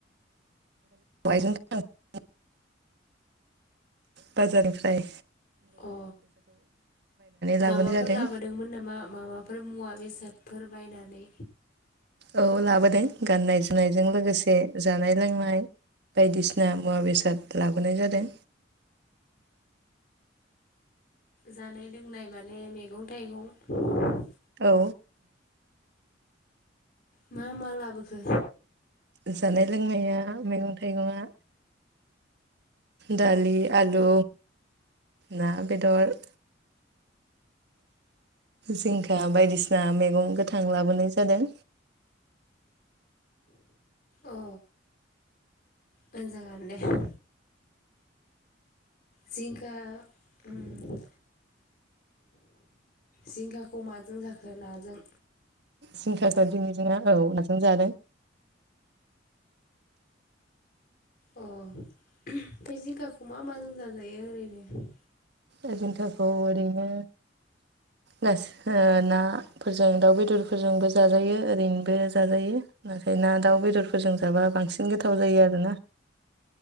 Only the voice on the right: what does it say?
बेवयाइ जों थांदों <inaudible> बाजारनिफ्राय‌।
लाबोनाय
जादों
औ लाबोदों गाननाय जोमनायजों लोगोसे जानाय लोंनाय बायदिसिना मुवा बेसाद लाबोनाय जादों।
औ।
जानाय लोंनाया मैगं थाइगंआ दालि, आलु, ना, बेदर, जिंखा बायदिसिना मैगं गोथां लाबोनाय जादों।
जिंखाखौ दिनिजोंना औ नाजों जादों।
ओ जिंखाखौ ओरैनो गासै ओ नाफोरजों दाउ बेदरफोरजोंबो जाजायो ओरैनोबो जाजायो। नाथाय ना दाउ बेदरफोरजों जाबा बांसिन गोथाव जायो आरोना।